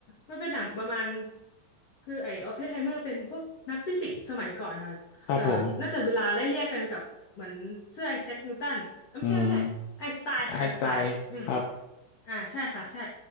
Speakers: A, on the left; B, on the left.
A: มันเป็นหนังประมาณคือไอ้ออปเพนไฮเมอร์เป็นพวกนักฟิสิกส์สมัยก่อนค่ะเอ่อน่าจะเวลาไล่เลี่ยกันกับเหมือนเสื้อไอแซคนิวตันเอ้ยไม่ใช่ไม่ใช่ไอน์สไตน์ค่ะไอน์สไตน์อืม
B: ครับผมอืมไอน์สไตน์ครับ
A: อ่าใช่ค่ะใช่